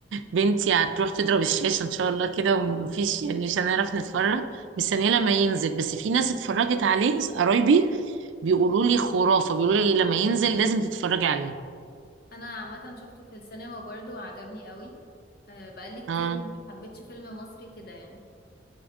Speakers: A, on the right; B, on the left.
A: بنتي هتروح تضرب الشاشه ان شاء الله كده ومفيش يعني مش هنعرف نتفرج مستنيه لما ينزل بس في ناس اتفرجت عليه قرايبي بيقولوا لي خرافه بيقولوا لي لما ينزل لازم تتفرجي عليه
B: انا عامة شفته في السينما برضه وعجبني قوي آه، بقالي كتير
A: اه
B: ما حبيتش فيلم مصري كده يعني